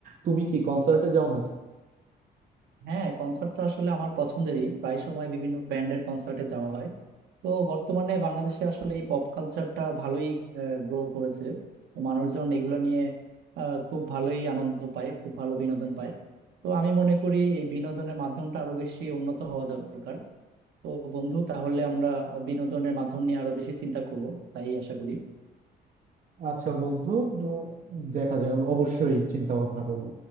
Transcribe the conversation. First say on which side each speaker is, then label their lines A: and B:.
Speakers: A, on the right; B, on the right.
A: তুমি কি কনসার্টে যাও
B: হ্যাঁ কনসার্ট তো আসলে আমার পছন্দেরই প্রায় সময় বিভিন্ন ব্যান্ডের কনসার্টে যাওয়া হয় তো বর্তমানে বাংলাদেশে আসলে এই পপ কালচারটা ভালোই গ্রো করেছে তো মানুষজন এগুলো নিয়ে আহ, খুব ভালোই আনন্দ পায় খুব ভালো বিনোদন পায় তো আমি মনে করি এই বিনোদনের মাধ্যমটা আরো বেশি
A: নাকি
B: উন্নত হওয়া দরকার তো বন্ধু তাহলে আমরা আহ, বিনোদনের মাধ্যম নিয়ে আরো বেশি চিন্তা করব তাই আশা করি
A: আচ্ছা বন্ধু উম, দেখা যাবে অবশ্যই চিন্তা ভাবনা করবো